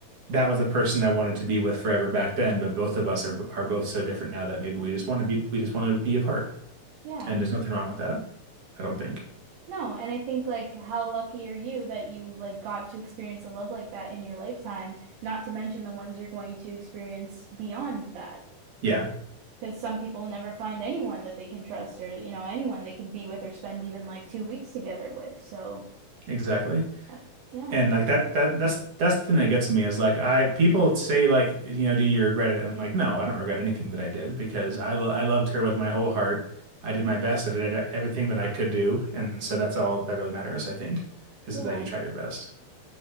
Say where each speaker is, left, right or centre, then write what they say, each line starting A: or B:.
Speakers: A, on the right; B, on the right.
A: that was the person I wanted to be with forever back then, but both of us are are both so different now that maybe we just want to be we just want to be apart.
B: Yeah.
A: And there's nothing wrong with that, I don't think.
B: No, and I think like how lucky are you that you like got to experience a love like that in your lifetime, not to mention the ones you're going to experience beyond that.
A: Yeah,
B: Because some people never find anyone that they can trust or, you know, anyone they can be with or spend even like two weeks together with. So,
A: exactly.
B: uh, yeah,
A: And
B: I'd count
A: like that
B: myself.
A: that that's that's the thing that gets me is like I people say like you know do you regret it? I'm like no, I don't regret anything that I did because I lo- I loved her with my whole heart. I did my best. I did everything that I could do, and so that's all that really matters, I think, is
B: Yeah.
A: that you try your best.